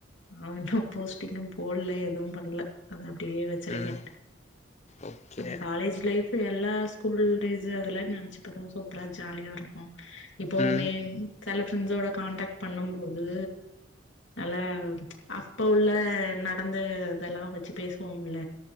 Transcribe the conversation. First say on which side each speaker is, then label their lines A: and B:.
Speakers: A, on the left; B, on the left.
A: அவங்க போஸ்ட்டிங்கு போடல எதுவு பண்ல அது அப் டயே வச்சிருக்க
B: ம் ஓகே
A: அது காலேஜ் லைஃப் எல்லா ஸ்கூல் டேஸ் அதுல நெனைச்சு பாத்த சூப்ரா ஜாலியா இருக்கு இப்பவுமே
B: ம்
A: செல ஃப்ரெண்ட்ஸோட கான்டாக்ட் பண்ணும் போது நல்ல அப்ப உள்ள நடந்த இதெலா வச்சு பேசுவோம்ல